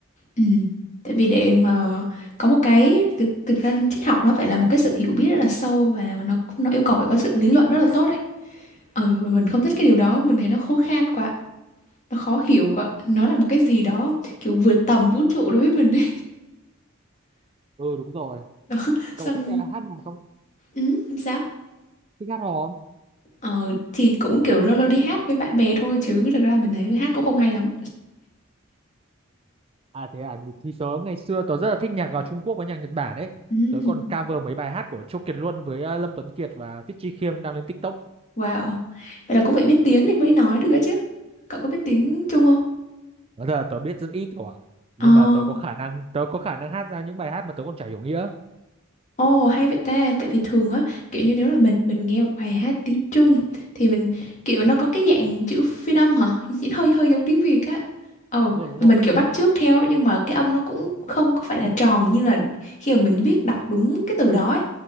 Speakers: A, on the left; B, on the right.
A: Ừ. Tại vì để mà có một cái thực, thực ra triết học nó phải là một cái sự hiểu biết rất là sâu và là nó nó yêu cầu phải có sự lý luận rất là tốt đấy. Ừ, và mình không thích cái điều đó, mình thấy nó khô khan quá, nó khó hiểu quá. Nó là một cái gì đó kiểu vượt tầm vũ trụ đối với mình ấy.
B: ừ đúng rồi
A: <laughs> Xong
B: cậu thích ờ, hát nhạc không
A: ừ, làm sao?
B: thích hát hò
A: Ờ thì cũng kiểu lâu lâu đi hát với bạn bè thôi chứ thực ra mình thấy hát cũng không hay lắm.
B: À thế à, thì tớ ngày xưa tớ rất là thích nhạc ở Trung Quốc với nhạc Nhật Bản ấy.
A: Ừ.
B: Tớ còn cover mấy bài hát của Châu Kiệt Luân với ờ, Lâm Tuấn Kiệt và Tiết Chi Khiêm đang lên TikTok.
A: Wow. Vậy là cũng phải biết tiếng thì mới nói được ấy chứ. Cậu có biết tiếng Trung không?
B: Nói thật là tớ biết rất ít của
A: Ờ,
B: nhưng mà tớ có khả năng tớ có khả năng hát ra những bài hát mà tớ còn chả hiểu nghĩa.
A: ồ hay vậy ta, tại vì thường á, kiểu như nếu là mình mình nghe một bài hát tiếng Trung thì mình kiểu nó có cái dạng chữ phiên âm hả? Chỉ hơi hơi giống tiếng Việt á. Ồ,
B: Đúng rồi, đúng
A: và
B: rồi.
A: mình kiểu bắt chước theo á, nhưng mà cái âm nó cũng không có phải là tròn như là khi mà mình biết đọc đúng cái từ đó ấy.